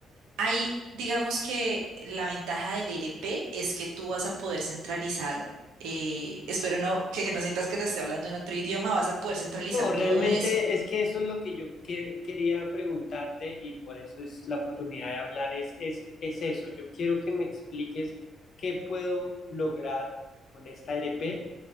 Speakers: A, on the right; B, on the left.
A: Ahí, digamos que la ventaja del ERP es que tú vas a poder centralizar, eh, espero no que, que no sientas que te estoy hablando en otro idioma, vas a poder centralizar
B: No,
A: todo
B: realmente
A: eso.
B: es que eso es lo que yo que- quería preguntarte y por eso es la oportunidad de hablar, es, es, es eso. Yo quiero que me expliques qué puedo lograr con esta RP